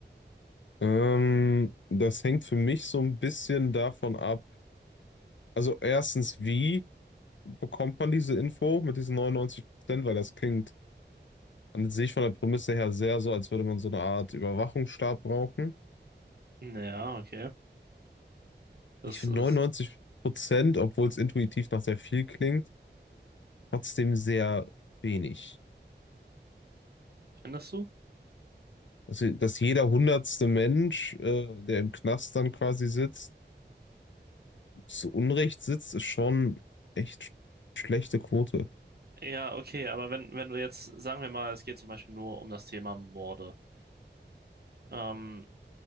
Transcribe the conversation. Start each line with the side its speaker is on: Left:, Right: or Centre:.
Left: ähm, das hängt für mich so ein bisschen davon ab. Also erstens, wie bekommt man diese Info mit diesen 99 Prozent? Weil das klingt an sich von der Prämisse her sehr so, als würde man so eine Art Überwachungsstaat brauchen.
Right: Ja, okay. Das
Left: Ich finde
Right: ist,
Left: 99 Prozent, obwohl es intuitiv nach sehr viel klingt, trotzdem sehr wenig.
Right: findest du?
Left: Also, dass jeder hundertste Mensch, äh, der im Knast dann quasi sitzt, zu Unrecht sitzt, ist schon echt sch- schlechte Quote.
Right: Ja, okay, aber wenn, wenn du jetzt, sagen wir mal, es geht zum Beispiel nur um das Thema Morde. Ähm,